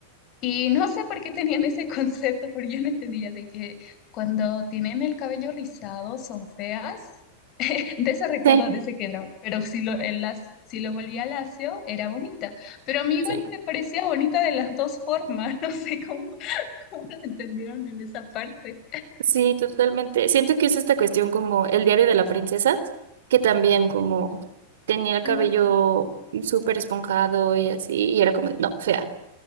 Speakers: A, on the left (about 45°); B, on the right (about 75°).
A: Y no sé por qué tenían ese <laughs> concepto, porque yo no entendía de que cuando tienen el cabello rizado son feas, <laughs> de ese recuerdo
B: sí,
A: de ese que era, pero si lo, en las, si lo volvía lacio, era bonita, pero a mí igual
B: sí.
A: me parecía bonita de las dos formas, <laughs> no sé cómo, cómo lo entendieron en esa parte.
B: Sí, totalmente. Siento que es esta cuestión como el diario de la princesa, que también como tenía el
A: Ah,
B: cabello
A: sí.
B: súper esponjado y así, y era como, de, no, fea.